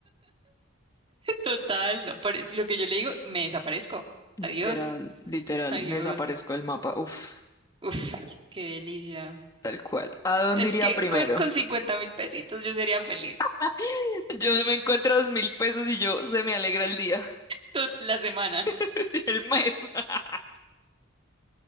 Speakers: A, on the right; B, on the left.
A: Total, no, por lo que yo le digo, me desaparezco.
B: Literal,
A: Adiós,
B: literal,
A: adiós.
B: me desaparezco del mapa. Uf,
A: Uf, qué delicia.
B: tal cual. ¿A dónde
A: Es
B: iría
A: que
B: primero?
A: con, con 50 mil pesitos yo sería feliz
B: <laughs> Yo me encuentro dos mil pesos y yo se me alegra el día,
A: toda la semana.
B: <laughs> el mes. <laughs>